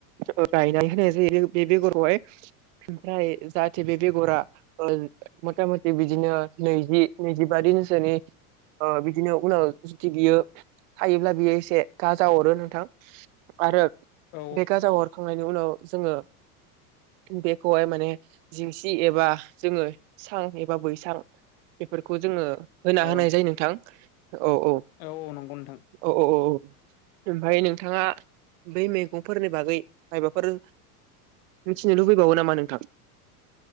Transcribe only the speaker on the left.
औ
औ
औ नंगौ नोंथां